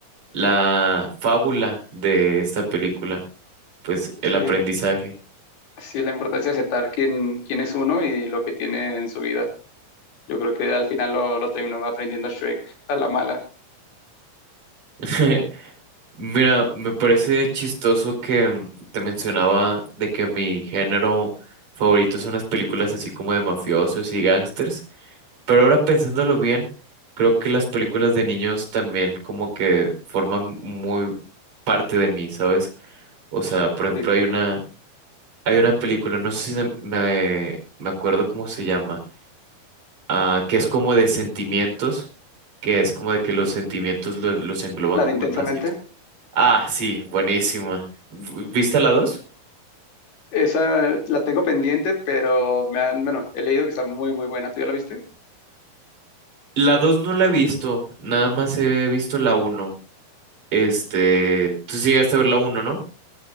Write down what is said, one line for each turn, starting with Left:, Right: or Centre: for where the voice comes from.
Right: la fábula de esta película, pues el
Left: Sí,
Right: aprendizaje.
Left: sí, la importancia de aceptar quién, quién es uno y lo que tiene en su vida. Yo creo que al final lo, lo terminó aprendiendo Shrek a la mala.
Right: <laughs> Mira, me parece chistoso que te mencionaba de que mi género favorito son las películas así como de mafiosos y gángsters, pero ahora pensándolo bien, creo que las películas de niños también como que forman muy parte de mí, ¿sabes? O sea, por ejemplo,
Left: Sí, claro.
Right: hay una... Hay una película, no sé si se- me, me acuerdo cómo se llama, ah, que es como de sentimientos, que es como de que los sentimientos lo- los, engloban
Left: La
Right: como
Left: de Intensamente.
Right: en frasquito. Ah, sí, buenísima. V- ¿Viste la 2?
Left: Esa la tengo pendiente, pero me han, bueno, he leído que está muy, muy buena. ¿Tú ya la viste?
Right: La dos no la he visto, nada más he visto la uno. Este, tú sí llegaste a ver la uno, ¿no?